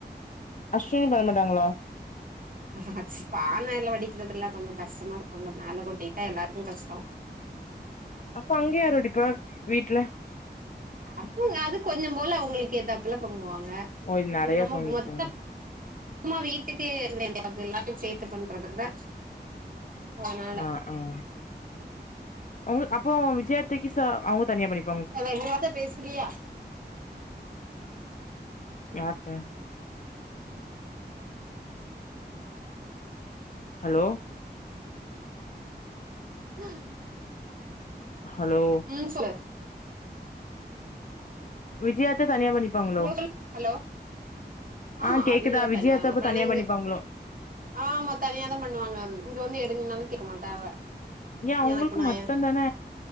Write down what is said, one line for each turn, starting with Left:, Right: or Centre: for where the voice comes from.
Left: அஸ்வினி பண்ண மாட்டாங்களா
Right: ஹ பானையில வடிக்கிறதுல்ல கொஞ்சோ கஷ்டமா இருக்கும்ல்ல மேல கொட்டிட்டா எல்லாருக்கு கஷ்டம்
Left: அப்ப அங்க யார் வடிப்பா வீட்ல
Right: அப்போ அது கொஞ்சோ போல அவங்களுக்கு ஏத்தாப்புல பொங்குவாங்க
Left: ஓ நெறைய
Right: இது நம்ம
Left: பொங்கிருக்குங்க
Right: மொத்த மா வீட்டுக்கு அ எல்லாத்துக்கு சேத்து பண்றதுத அதனால
Left: ஆஹ அவங்க அப்போ விஜயத்தைக்கு ச அவங்க தனியா பண்ணப்ப
Right: ஏல ரெண்டு வார்த்த பேசுறியா
Left: யார்ட்ட ஹலோ
Right: ம்
Left: ஹலோ
Right: ம் சொல்லு
Left: விஜயாத்த தனியா படிப்பாங்களோ
Right: ஹலோ சொல் ஹலோ ஆமா
Left: ஆஹ கேக்குதா
Right: அவிய
Left: விஜயாத்தா
Right: தனியா ஒரு நாளைங்க
Left: தனியா பண்ணிப்பாங்களோ
Right: ஆமா தனியாதா பண்ணுவாங்க இங்க வந்து எடுங்கனாலு கேக்க மாட்டங்க
Left: ஏ அவங்களுக்கு
Right: எனக்கு நயன்
Left: மட்டுந்தான